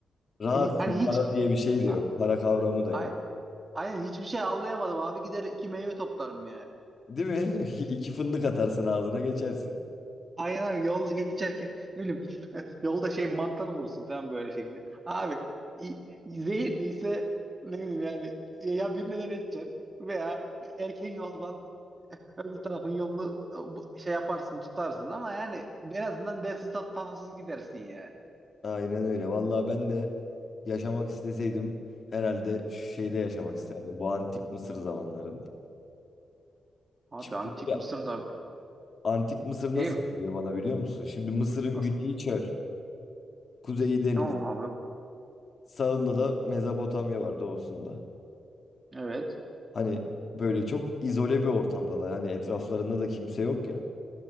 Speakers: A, on the left; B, on the right.
A: rahatsın
B: Hi- Hani hiç
A: para diye bir şey de
B: A-
A: yok. Para kavramı da
B: ay-
A: yok.
B: Aynen hiçbir şey avlayamadım abi gider iki meyve toplarım yani.
A: Değil mi? <laughs> İki fındık atarsın ağzına geçersin.
B: Aynen abi yolda geçerken ne bileyim <laughs> yolda şey mantar mı vurursun falan böyle şeklinde. Abi i- zehirli ise ne bileyim yani ya ya birine neden edeceksin veya erken yoldan öbür tarafın yolunu e, bu- şey yaparsın tutarsın ama yani en azından dersiz tat tatsız gidersin yani.
A: Aynen öyle. Vallahi ben de yaşamak isteseydim herhalde şeyde yaşamak isterdim. Bu antik Mısır zamanlarında.
B: Abi
A: Çünkü
B: antik
A: ya,
B: Mısır'da
A: antik Mısır nasıl
B: şey
A: diyor bana biliyor musun? Şimdi Mısır'ın
B: nasıl
A: güneyi çöl, kuzeyi deniz,
B: tamam abi
A: sağında da Mezopotamya var doğusunda.
B: evet
A: Hani böyle çok izole bir ortamdalar. Hani etraflarında da kimse yok ya.